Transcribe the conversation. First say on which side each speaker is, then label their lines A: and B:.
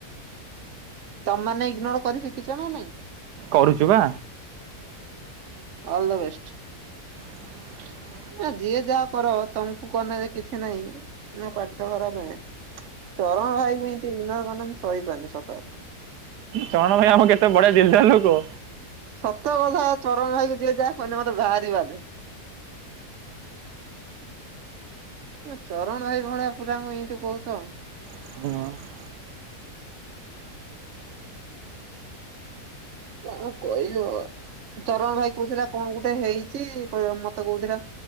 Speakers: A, on the right; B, on the right.
A: ତମମାନେ ଇଗ୍ନୋର କରି ଶିଖିଛ ନା ନାଇଁ
B: କରୁଛୁ ପା
A: ଅଲ୍ ଦ ବେଷ୍ଟ।
B: <inaudible>
A: ନା ଯିଏ ଯାହା କର ତମକୁ କନେ କିଛି ନାହିଁ ନା ପାଠପଢା ମେନ୍। ଚରଣ ଭାଇଙ୍କୁ ଏମିତି ଇନୋର କ ମୁଁ ସହିପାରୁନି ସତ କଥା।
B: ଚରଣ ଭାଇ ଆମ କେତେ ବଢିଆ ଦିଲ୍ଦାର ଲୋକ।
A: ସତ କଥା ଚରଣ ଭାଇକି ଯିଏ ଯାହା କହିଲେ ମତେ ଭାରି ବାଧେ। ଏ ଚରଣ ଭାଇ ଭଳିଆ ପିଲାଙ୍କୁ ଏମିତି କହୁଚ
B: ହ
A: କଣ କହିବ ଚରଣ ଭାଇ କହୁଥିଲା କଣ ଗୋଟେ ହେଇଛି କ ମତେ କହୁଥିଲା